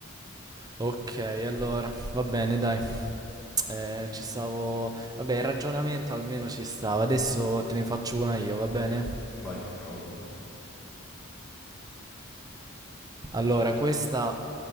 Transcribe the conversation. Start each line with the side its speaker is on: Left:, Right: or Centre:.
Right: Ok, allora, va bene, dai. Eh, ci stavo... Vabbè, il ragionamento almeno ci stava. Adesso te ne faccio una io, va bene?
Centre: Vai, prova tu.
Right: Allora, questa